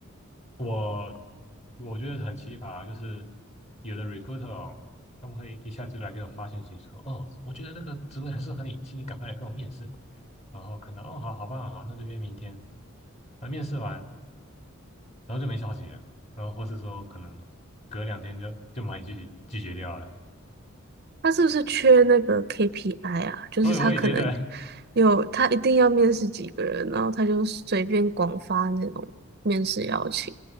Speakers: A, on the left; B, on the right.
A: 我我觉得很奇葩，就是有的 recruiter 哦，他们会一下子来给我发信息说，哦，我觉得这个职位很适合你，请你赶快来跟我面试。然后看到，哦，好好棒，好，那就约明天。啊，面试完，然后就没消息了，然后或是说可能隔两天就就把你拒绝拒绝掉了。
B: 他是不是缺那个 KPI 啊？就是他可能
A: 我也我也觉得，
B: 有，他一定要面试几个人，然后他就随便广发那种面试邀请，